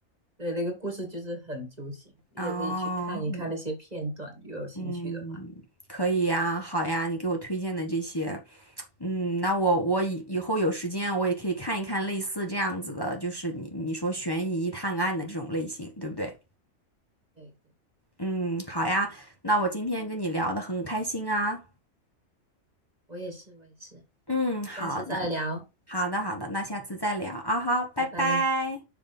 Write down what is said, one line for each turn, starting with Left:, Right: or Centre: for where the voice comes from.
Right: 对，那个故事就是很揪心，你也可以去看一看那些片段，
Left: 哦，嗯，
Right: 如果有兴趣的话。
Left: 嗯可以呀，好呀，你给我推荐的这些，嗯，那我我以以后有时间我也可以看一看类似这样子的，就是你你说悬疑探案的这种类型，对不对？
Right: 对对，
Left: 嗯，好呀，那我今天跟你聊的很开心啊，
Right: 我也是，我也是，
Left: 嗯，
Right: 那下次再聊，
Left: 好的，好的，好的，那下次再聊啊哈，拜拜。
Right: 拜拜。